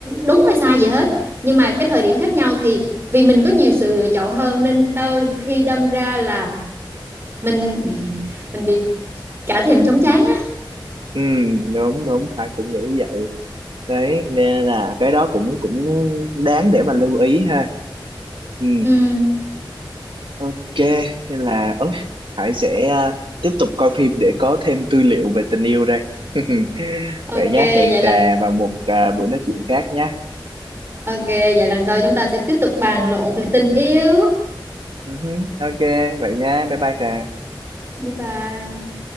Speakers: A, on the right (about 30°); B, on the right (about 80°).
A: đúng hay sai gì hết nhưng mà cái thời điểm khác nhau thì vì mình có nhiều sự lựa chọn hơn nên đôi khi đâm ra là mình <laughs> mình bị cả thèm chóng trán á
B: ừ đúng đúng phải cũng nghĩ vậy đấy nên là cái đó cũng cũng đáng để mà lưu ý ha ừ
A: Ừm,
B: Ok, nên là ôi, Hải sẽ à, tiếp tục coi phim để có thêm tư liệu về tình yêu đây. <laughs>
A: ok
B: Vậy nhá, hẹn
A: vậy
B: Trà
A: lần
B: vào một à, buổi nói chuyện khác nhá.
A: ok vậy lần sau chúng ta sẽ tiếp tục bàn luận về tình yêu
B: Ừ hứ, Ok, vậy nhá, bye bye Trà.
A: bye bye